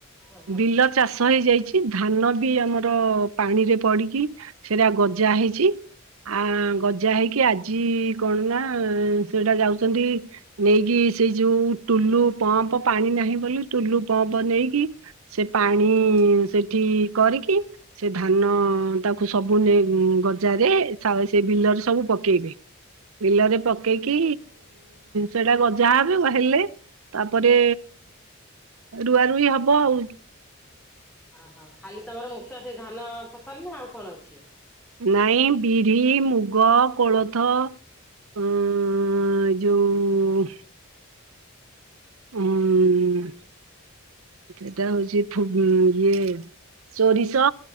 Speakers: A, in the centre; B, on the right (about 75°).
A: ହଁ ହଁ।
B: ବିଲ ଚାଷ ଷ ହେଇଯାଇଛି। ଧାନ ବି ଆମର ପାଣିରେ ପଡ଼ିକି ସେରା ଗଜା ହେଇଛି। ଆ ଗଜା ହେଇକି ଆଜି କଣ ନା ସେଟା ଯାଉଛନ୍ତି ନେଇକି ସେଇ ଯୋଉ, ଟୁଲୁ ପମ୍ପ ପାଣି ନାହିଁ ବୋଲି ଟୁଲୁ ପମ୍ପ ନେଇକି ସେ ପାଣି ସେଠି କରିକି ସେ ଧାନ ତାକୁ ସବୁ ନେଇ ଗଜାରେ ସବୁ ସେ ବିଲରେ ସବୁ ପକେଇବେ। ବିଲରେ ପାକ ପକେଇକି ସେଇଟା ଗଜା ହେବେ, ହେଲେ ତାପରେ ରୁଆ ରୁଇ ହବ ଆଉ।
A: ଓହୋ। ଖାଲି ତମର ମୁଖ୍ୟ ସେଇ ଧାନ ଫସଲ ନା ଆଉ କଣ ଅଛି?
B: ନାଇଁ ବିରି, ମୁଗ, କୋଳଥ ଉଁ ଯୋଉ ଉଁ ସେଟା ହଉଛି ଇଏ, ସୋରିଷ